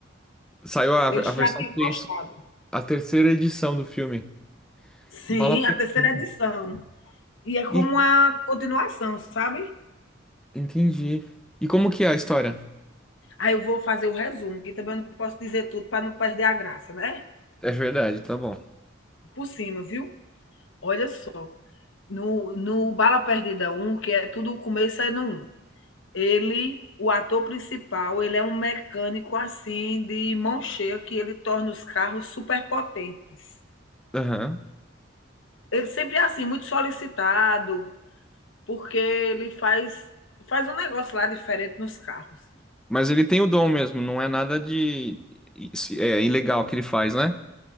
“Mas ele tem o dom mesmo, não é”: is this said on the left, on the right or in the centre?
Centre